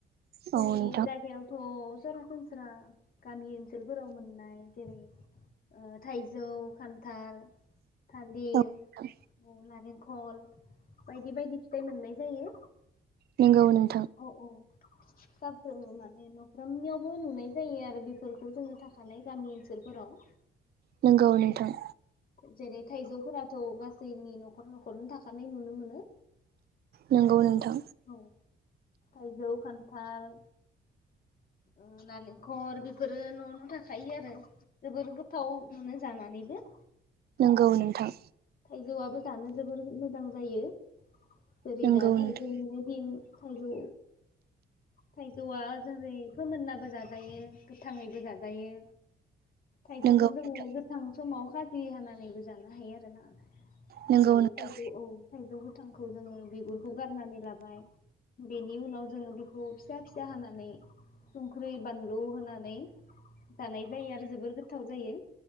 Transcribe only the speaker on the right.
औ
नोंथां
औ
नोंगौ नों
नों गौ नोंथां।
नंगौ नोंथां
नंगौ नोंथां।
नंगौ
नोंथां
नंगौ नोंथां
नंगौ नोंथां